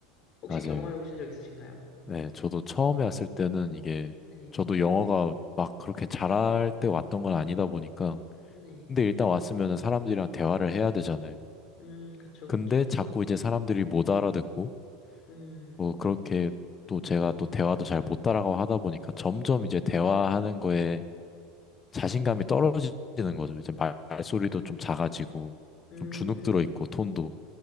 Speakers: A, on the left; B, on the left.
A: 혹시
B: 맞아요.
A: 경험해 보신 적 있으신가요?
B: 네, 저도 처음에 왔을 때는 이게
A: 네,
B: 저도 영어가 막 그렇게 잘할 때 왔던 건 아니다 보니까
A: 네.
B: 근데 일단 왔으면은 사람들이랑 대화를 해야 되잖아요.
A: 음, 그쵸,
B: 근데
A: 그쵸.
B: 자꾸 이제 사람들이 못 알아듣고
A: 음,
B: 뭐 그렇게 또 제가 또 대화도 잘 못 따라가고 하다 보니까 점점 이제 대화하는 거에 자신감이 떨어지는 거죠. 이제 말, 말소리도 좀 작아지고
A: 음,
B: 좀 주눅 들어 있고 톤도